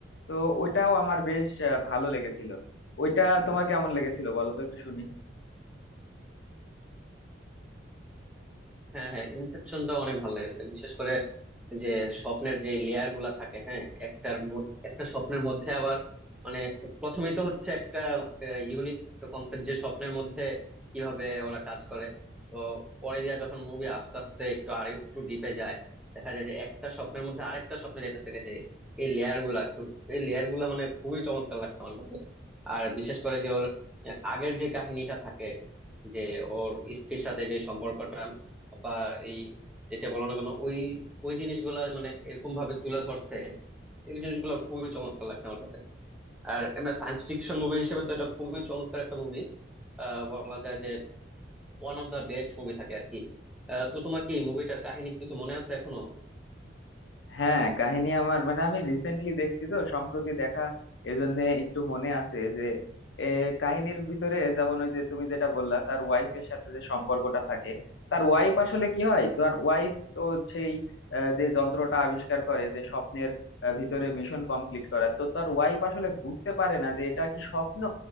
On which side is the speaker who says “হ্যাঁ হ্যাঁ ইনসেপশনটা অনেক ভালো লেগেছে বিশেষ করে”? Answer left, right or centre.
Centre